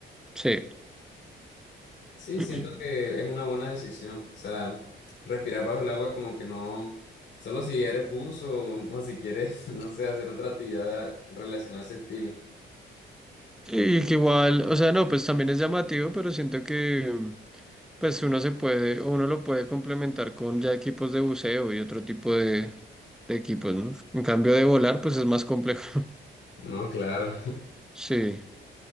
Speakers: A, in the centre; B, on the left.
A: Sí.
B: Sí,
A: <clears throat>
B: siento que es una buena decisión. O sea, respirar bajo el agua como que no, solo si eres buzo o, o si quieres, <laughs> no sé, hacer otra actividad relacionada a ese estilo.
A: Y que igual, o sea, no, pues también es llamativo, pero siento que... Pues uno se puede, uno lo puede complementar con ya equipos de buceo y otro tipo de, de equipos, ¿no? En cambio de volar, pues es más complejo. <laughs>
B: No, claro.
A: Sí,